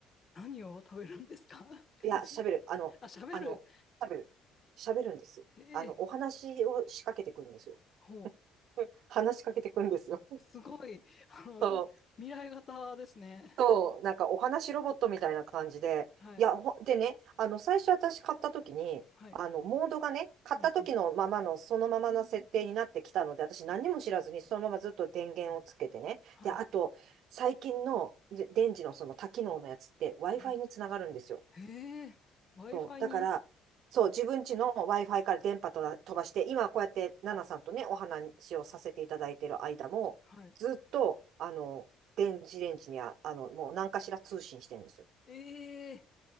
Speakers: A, on the left (about 40°); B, on the right (about 70°).
A: 何を食べるんですか <laughs>
B: いや、
A: レンジは。
B: 喋る。あの、
A: あ、喋る。
B: あの、喋る。喋るんですよ。
A: ええ
B: あの、お話を仕掛けてくるんですよ。
A: ほう。
B: <laughs> 話しかけてくるんですよ。
A: すごい。あの、
B: そう、
A: 未来型ですね。
B: そうなんかお話ロボットみたいな感じで、
A: はい。
B: いや、ほでね、あの、最初私買った時に、
A: はい。
B: あの、モードがね、買った時のままの、
A: うんうん。
B: そのままの設定になってきたので、私何にも知らずに、そのままずっと電源をつけてね。
A: はい。
B: で、あと、最近ので電池のその多機能のやつって Wi-Fi
A: はい。
B: につながるんですよ。
A: ええ Wi-Fi
B: そう、だから、
A: に。
B: そう、自分家の Wi-Fi から電波とら飛ばして、今こうやってナナさんとね、お話をさせていただいてる間も、
A: はい。
B: ずっと、あの、電子レンジには、あの、もう何かしら通信してるんですよ。
A: ええ